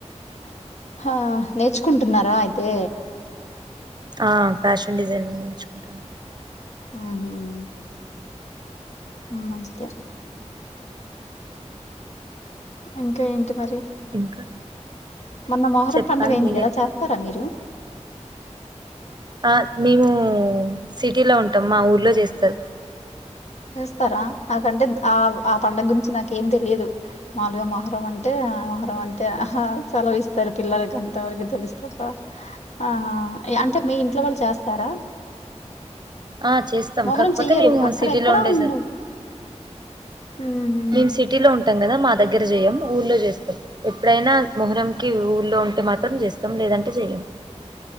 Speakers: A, on the left (about 70°); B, on the right (about 35°).
A: హా నేర్చుకుంటున్నారా అయితే
B: ఆ ఫ్యాషన్ డిజైనింగ్ నేర్చుకుంటన
A: మ్మ్ హ్ మంచిదే ఇంకా ఏంటి మరి
B: ఇంకా
A: మొన్న మొహర్రం
B: చెప్పాలి
A: పండుగైంది
B: మీరే
A: కదా చే తరా మీరు
B: ఆ మేము సిటీలో ఉంటాం మా ఊర్లో జేస్తరు
A: చేస్తారా నాకంటే ఆ ఆ పండగ్ గురించి నాకేం తెలియదు మాములుగా మొహరం అంటే మొహరం అంతే అహా సెలవిస్తరు పిల్లలకి అంతవరకు తెలుస్తబ్బ ఆహా అంటే మీ ఇంట్లో వాళ్ళు చేస్తారా
B: ఆ చేస్తాం
A: మొహరం
B: కాకపోతే
A: చెయ్యరు
B: మేము
A: అక్కడ
B: సిటీలో
A: ఎక్కడా
B: లోండే
A: ఉండదు
B: సార్
A: ఉహు
B: మేం సిటీలో ఉం టం గదా మా దగ్గర జెయ్యం ఊల్లో జేస్తం ఎప్పుడైనా మొహరంకి ఊళ్ళో ఉంటే మాత్రం జేస్తం లేదంటే జెయ్యం